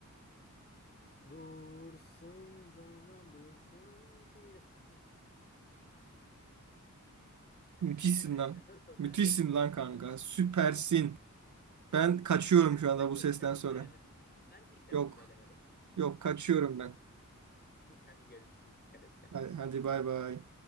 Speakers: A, on the left (about 35°); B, on the right (about 70°).
A: Dursun zaman dursun diyorsun.
B: Müthişsin
A: <laughs> Kanka
B: lan.
A: nasıl
B: Müthişsin
A: kanka sesim?
B: lan kanka. Süpersin. Ben kaçıyorum şu
A: Sen
B: anda bu
A: niye
B: sesten
A: şarkı
B: sonra.
A: söylemedin? Sen niye şarkı
B: Yok.
A: söylemedin?
B: Yok kaçıyorum ben.
A: <laughs> Hadi görüşürüz. Dikkat et kendine.
B: Hadi, hadi bay bay.